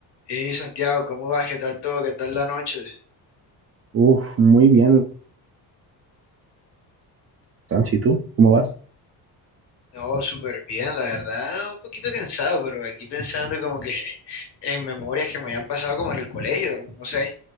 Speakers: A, on the left; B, on the right.
A: Hey Santiago, ¿cómo vas? ¿Qué tal todo? ¿Qué tal la noche?
B: Uf, muy bien, Sansi, ¿y tú? ¿Cómo vas?
A: No, súper bien, la verdad, un poquito cansado, pero aquí pensando como que <laughs> en memorias que me habían pasado como en el colegio, no No sé,